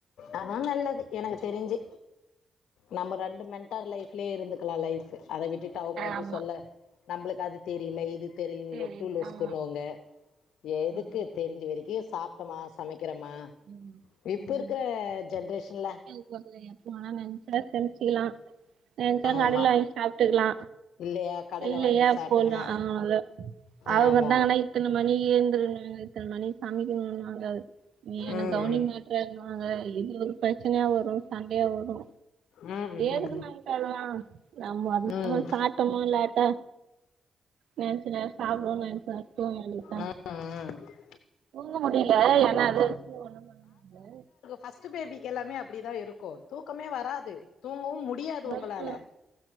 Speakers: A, on the left; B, on the right.
A: அதா நல்லது, எனக்கு தெரிஞ்சி நம்ம ரெண்டு மென்டர் லைப்லயே இருந்துக்கலா லைஃப் அத விட்டுட்டு அவுங்க வந்து
B: ஆமா
A: சொல்ல நம்ளுக்கு அது தெரியல இது தெரியல
B: தெரியுது
A: லொட்டு லோசுக்குண்ணுவாங்க
B: ஆமா
A: எதுக்கு
B: ம்.
A: தெரிஞ்சு வரைக்கு சாப்பிட்டமா, சமைக்கிறமா,
B: ம்.
A: இப்ப இருக்கிற ஜென்ரேஷன்ல,
B: மொத்ததுல எப்ப வேனா நென்ச்சா சமைச்சுகலா நென்ச்சா கடையில
A: ஆமா
B: வாங்கி சாப்ட்டுக்கலா
A: இல்லையா கடையில
B: இல்லையா
A: வாங்கி சாப்ட்டுங்க
B: போலாம் ஆ ஹலோ அவுங்க
A: ஆமா
B: இருதாங்கனா இத்தன மணிக் ஏந்துக்கணு இத்தன மணிக் சமைக்கணுவாங்க நீ என்ன
A: ம்
B: கவனிக்மாட் றன்னுவாங்க இது ஒரு பிரச்சனையா வரும். சண்டையா வரு
A: ம் ம் ம் ம்
B: ஏதுக்கு நம்க்கு அலலா நம்ம அதுக்கு
A: ம் ம்
B: சாட் டமுல்லாட்ட, நெனச்சா நேரோ சாப்டுவோ, நெனச்ச நேரோ தூங்க வேண்டித் தா
A: ம் ம்
B: தூங்க முடியல ஏனா அததுக்கு ஒன்னு பண்ண முடில
A: பர்ஸ்ட் பேபிக்கு எல்லாமே அப்டிதா இருக்கு தூக்கமே வராது தூங்கவும் முடி யாது
B: முடியல
A: உங்களால